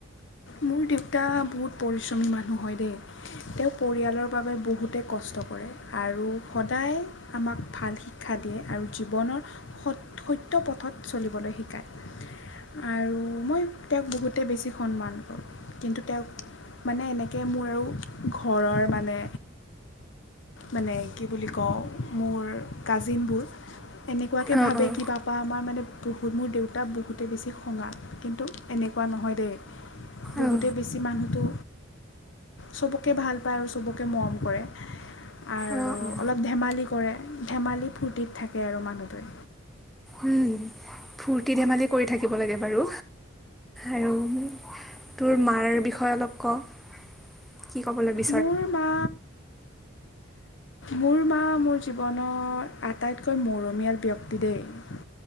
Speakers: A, on the left (about 60°); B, in the centre.
A: মোৰ দেউতা বহুত পৰিশ্ৰমী মানুহ হয় দেই! তেওঁ পৰিয়ালৰ বাবে বহুত তে কষ্ট কৰে আৰু সদায় আমাক ভাল শিক্ষা দিয়ে আৰু জীৱনত সত-সত্য পথত চলিবলৈ শিকায়। আৰু মই তেওঁক বহুতে বেছি সন্মান কৰোঁ কিন্তু তেওঁক মানে এনেকে মোৰ আৰু ঘৰৰ মানে মানে কি বুলি কওঁ? মোৰ কাজিনবোৰ এনেকুৱাকে
B: অঁ
A: ভাবে
B: অঁ
A: কিবা বা আমাৰ মানে বহুত মোৰ দেউতা বহুতে বেছি খঙাল। কিন্তু এনেকুৱা নহয় দেই বহুতেই
B: অঁ
A: বেছি মানুহটো চবকে ভাল পায় আৰু চবকে মৰম কৰে। আৰু
B: অঁ অঁ
A: অলপ ধেমালি কৰে, ধেমালি-ফূৰ্তিত থাকে আৰু মানুহটোৱে।
B: উম, ফূৰ্তি-ধেমালি কৰি থাকিব লাগে বাৰু। আৰু তোৰ মাৰ বিষয়ে অলপ ক' কি কবলৈ বিচ
A: মোৰ মা মোৰ মা মোৰ জীৱনৰ আটাইতকৈ মৰমীয়াল ব্যক্তি দেই!